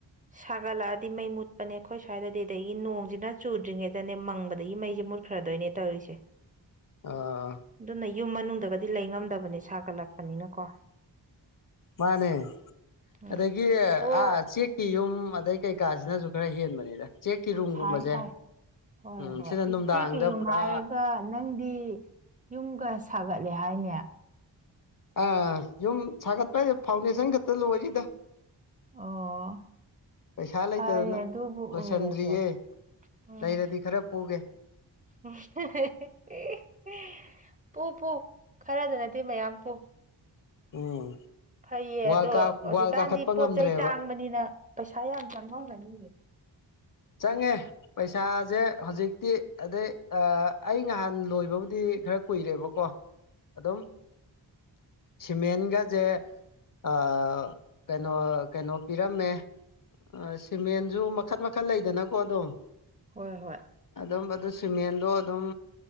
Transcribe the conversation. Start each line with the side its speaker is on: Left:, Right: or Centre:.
Right: ꯁꯥꯒꯠꯂꯛꯑꯗꯤ ꯃꯩ ꯃꯨꯠꯄꯅꯦ ꯑꯈꯣꯏ ꯁ꯭ꯋꯥꯏꯗꯗꯤ ꯑꯗꯒꯤ ꯅꯣꯡꯖꯤꯅ ꯆꯨꯗ꯭ꯔꯤꯉꯩ ꯗꯅꯦ ꯃꯪꯕꯗꯒꯤ ꯃꯩꯖꯦ ꯃꯨꯠꯈ꯭ꯔꯗꯣꯏꯅꯦ ꯇꯧꯔꯤꯁꯦ
Left: ꯑꯥ
Right: ꯑꯗꯨꯅ ꯌꯨꯝ ꯃꯅꯨꯡꯗꯒꯗꯤ ꯂꯩ ꯉꯝꯗꯕꯅꯦ ꯁꯥꯒꯠꯂꯛꯄꯅꯤꯅ ꯀꯣ
Left: ꯃꯥꯅꯦ
Right: ꯎꯝ
Left: ꯑꯗꯒꯤ
Right: ꯑꯣ
Left: ꯑꯥ ꯆꯦꯛꯀꯤ ꯌꯨꯝ ꯑꯗꯩ ꯀꯩꯀꯥꯖꯤꯅꯖꯨ ꯈꯔ ꯍꯦꯟꯕꯅꯤꯗ ꯆꯦꯛꯀꯤ ꯔꯨꯝꯒꯨꯝꯕꯁꯦ
Right: ꯁꯥꯏ ꯁꯥꯏ ꯍꯣꯏ
Left: ꯎꯝ
Right: ꯍꯣꯏ
Left: ꯁꯤꯅ
Right: <unintelligible>
Left: ꯅꯨꯡꯗꯥꯡꯗ
Right: ꯆꯦꯛꯀꯤ ꯌꯨꯝ
Left: ꯄꯨꯔꯥ
Right: ꯍꯥꯏꯔꯒ ꯅꯪꯗꯤ ꯌꯨꯝꯒ ꯁꯥꯒꯠꯂꯦ ꯍꯥꯏꯅꯦ
Left: ꯑꯥ ꯌꯨꯝ ꯁꯥꯒꯠꯄ ꯍꯥꯏꯖꯦ ꯐꯥꯎꯟꯗꯦꯁꯟ ꯈꯠꯇ ꯂꯣꯏꯔꯤꯗ
Right: ꯑꯣ
Left: ꯄꯩꯁꯥ ꯂꯩꯇꯗꯅ
Right: ꯐꯔꯦ ꯑꯗꯨꯕꯨ
Left: ꯂꯣꯏꯁꯟꯗ꯭ꯔꯤꯌꯦ
Right: ꯑꯣꯏꯔꯁꯨ ꯎꯝ
Left: ꯂꯩꯔꯗꯤ ꯈꯔ ꯄꯨꯒꯦ
Right: <unintelligible> ꯄꯨ ꯄꯨ ꯈꯔꯗꯅꯠꯇꯦ ꯃꯌꯥꯝ ꯄꯨ
Left: ꯎꯝ
Right: ꯐꯩꯌꯦ
Left: ꯋꯥꯜ
Right: ꯑꯗꯣ
Left: ꯀꯥ
Right: ꯍꯧꯖꯤꯛꯀꯥꯟꯗꯤ
Left: ꯋꯥꯜ ꯀꯥꯈꯠꯄ
Right: ꯄꯣꯠ
Left: ꯉꯝꯗ꯭ꯔꯦꯕ
Right: ꯆꯩ ꯇꯥꯡꯕꯅꯤꯅ ꯄꯩꯁꯥ ꯌꯥꯝ ꯆꯪꯉꯝꯒꯅꯤꯌꯦ
Left: ꯆꯪꯉꯦ ꯄꯩꯁꯥꯖꯦ ꯍꯧꯖꯤꯛꯇꯤ ꯑꯗꯩ ꯑꯥ ꯑꯩ ꯉꯍꯟ ꯂꯣꯏꯕꯕꯨꯗꯤ ꯈꯔ ꯀꯨꯏꯔꯦꯕꯀꯣ ꯑꯗꯨꯝ ꯁꯤꯃꯦꯟꯒꯖꯦ ꯑꯥ ꯀꯩꯅꯣ ꯀꯩꯅꯣ ꯄꯤꯔꯝꯃꯦ ꯑꯥ ꯁꯤꯃꯦꯟꯖꯨ ꯃꯈꯟ ꯃꯈꯟ ꯂꯩꯗꯅꯀꯣ ꯑꯗꯨꯝ
Right: ꯍꯣꯏ ꯍꯣꯏ
Left: ꯑꯗꯨꯝ ꯑꯗꯨ ꯁꯤꯃꯦꯟꯗꯣ ꯑꯗꯨꯝ